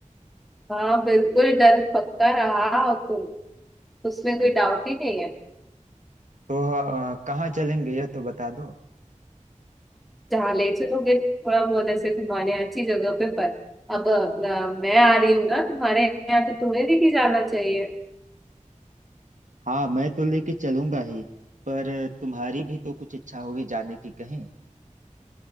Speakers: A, in the centre; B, on the right.
A: हाँ बिल्कुल डन पक्का रहा और तो उसमें कोई
B: हम्म।
A: डाउट ही नहीं है
B: तो आ, कहाँ चलेंगे यह तो बता दो
A: जहाँ ले चलोगे थोड़ा बहुत ऐसे घुमाने अच्छी जगह पे पर अब अ, मैं आ रही हूँ ना तुम्हारे यहाँ तो तुम्हें लेके जाना चाहिए
B: हाँ मैं तो लेके चलूंगा ही पर तुम्हारी भी तो कुछ इच्छा होगी जाने की कहीं